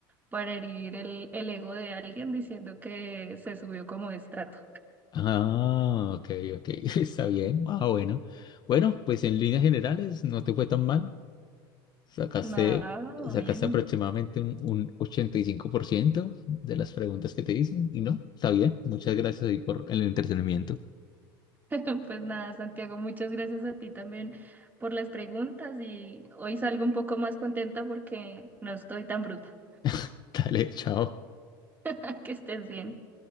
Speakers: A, on the right; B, on the left.
A: para herir el, el ego de alguien diciendo que se subió como de estrato.
B: Ah, ok, ok, <laughs> está bien. Ah, bueno. Bueno, pues en líneas generales no te fue tan mal. Sacaste,
A: Nada,
B: sacaste
A: bien.
B: aproximadamente un, un 85% de las preguntas que te hice y no, está bien. Muchas gracias ahí por el entretenimiento.
A: <laughs> Pues nada, Santiago, muchas gracias a ti también por las preguntas y hoy salgo un poco más contenta porque no estoy tan bruta.
B: <laughs> Dale, chao.
A: <laughs> Que estés bien.